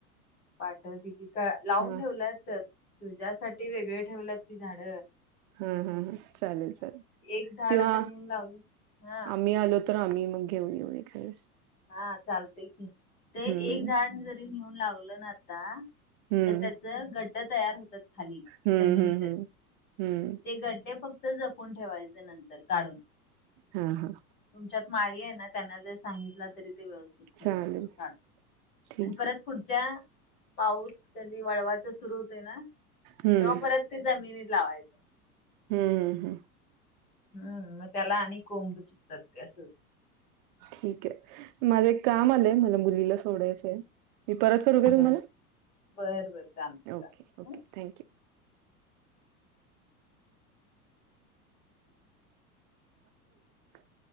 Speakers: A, on the left (about 70°); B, on the right (about 35°).
A: पाठवते की. लावून
B: हा
A: ठेवल्यात तुझ्यासाठी वेगळे ठेवल्यात ती झाड.
B: हम ह ह चालेल चालेल.
A: एक झाड
B: किंवा
A: आता नेऊन लावली हा
B: आम्ही आलो त र आम्ही मग घेऊन येऊ येतेवेळेस.
A: हा चालतेय की. ते
B: हम्म
A: एक झाड जरी नेऊन लावलं ना आता.
B: हम्म
A: तर त्याच गट्ट तयार होतात. खाली
B: हम्म
A: जमिनीतच
B: हम्म हम्म हम्म
A: ते गड्डे फक्त जप पुण ठेवायचे नंतर काढून.
B: हा हा
A: तुमच्यात माळी आहे ना. त्यांना जर सांगितलं तरी ते व्यवस्थित ठेवतात
B: चालेल
A: काढून.
B: ठीक
A: आणि परत
B: आहे
A: पुढच्या पाऊस कधी वळवाचा सुरू होते ना.
B: हम्म
A: तेव्हा परत ते जमिनीत लावायचं.
B: हम्म हम् हम्.
A: हम्म मग त्याला आणि कोंब सुटतात ते अस होतय.
B: ठीक आहे. माझं एक काम आलंय. मला मुलीला सोडायचंय. मी परत करू का तुम्हाला?
A: बर बर बर चालतय
B: ओके.
A: चालतय
B: ओके. थँक्यू. <unintelligible>